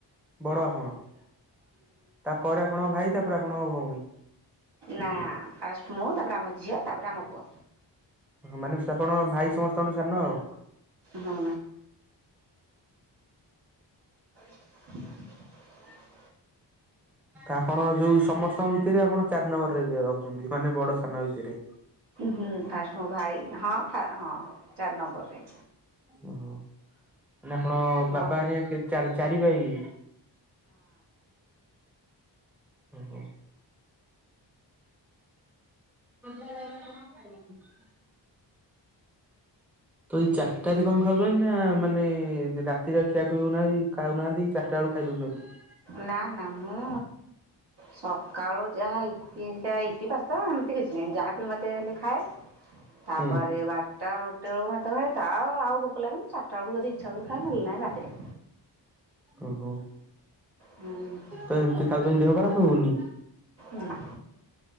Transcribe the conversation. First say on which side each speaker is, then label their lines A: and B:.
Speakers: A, in the centre; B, on the right.
A: ବଡ ଆପଣ ତାପରେ ଆପଣଙ୍କ ଭାଇ ତାପରେ ଆପଣଙ୍କ ଭଉଣୀ?
B: ନା ପାଷ୍ଟ ମୁଁ ତାପରେ ଆମ ଝିଅ ତାପରେ ଆମ ପୁଅ।
A: ମାନେ ଆପଣଙ୍କ ଭାଇ ସମସ୍ତଙ୍କଠୁ ସାନ ଆଉ।
B: ହୁଁ <inaudible>
A: ଆପଣ ଯୋଉଁ ସମସ୍ତଙ୍କ ଭିତରେ ଆପଣ ଚାରି ନମ୍ବର ରେ ଯିଏ ରହୁଛନ୍ତି ମାନେ ବଡ ସାନ ଭିତରେ।
B: ହଁ ଫାଷ୍ଟ ମୋ ଭାଇ ହଁ ହଁ ଚାରି ନମ୍ବରରେ।
A: ଓହୋ ମ ଆପଣ
B: ହଁ
A: ବାପା ହାରିକା ଚାରି ଭାଇ? ଓହୋ। <unintelligible> ତ ଏଇ ଚାରିଟାରେ କଣ ଖାଉଛନ୍ତି ନା ମାନେ ରାତିରେ ଆଉ ଖିଆ ଖୁଇ ହଉନାହାନ୍ତି ଖାଉନାହାନ୍ତି। ଚାରିଟାବେଳଳୁ ଖାଇ ଦେଉଛନ୍ତି।
B: ନା ନା ମୁଁ ସକାଳୁ ଯାହା ୟିପି ଘେରିକା ୟିପି ତ ଏମିତି କିଛି ନାହିଁ ଯାହାବି ମୋତେ ହେଲେ ଖାଏ ତାପରେ
A: ହୁଁ
B: ବାର ଟା ବାରଟା ଗୋଟେ ବେଳକୁ ଭାତ ଖାଏ ତା ଆଉ ଭୋକ ଲାଗେନି ଚାରିଟା ବେଳକୁ ଯଦି ଇଚ୍ଛା ହୁଏ ଖାଏ ନହେଲେ ନାହିଁ ରାତିରେ।
A: ଓହୋ
B: ହୁଁ
A: ତ ଏମିତି ଖାଉଛନ୍ତି ଦେହ ଖରାପ ହଉନି?
B: ନାଁ।